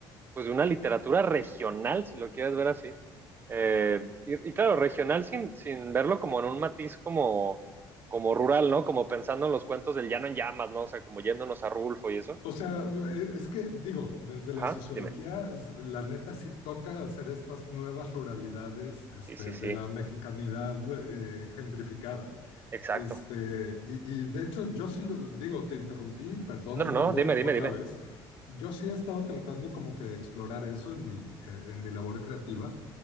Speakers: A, on the right (about 25°); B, on the left (about 80°).
A: pues de una literatura regional, si lo quieres ver así. Eh, y, y, claro, regional sin, sin verlo como en un matiz como, como rural, ¿no? Como pensando en los cuentos del llano en llamas, ¿no? O sea, como yéndonos a Rulfo y eso.
B: O sea, e- es que digo, desde la
A: Ajá,
B: sociología,
A: dime.
B: s- la neta sí toca hacer estas nuevas ruralidades este,
A: Sí, sí,
B: de
A: sí,
B: la mexicanidad eh, gentrificada.
A: exacto.
B: Este, y, y de hecho, yo sí lo digo, te interrumpí, perdón,
A: No,
B: no
A: no, no,
B: perdón,
A: dime, dime,
B: otra
A: dime.
B: vez. Yo sí he estado tratando como que de explorar eso en mi, eh, en mi labor creativa,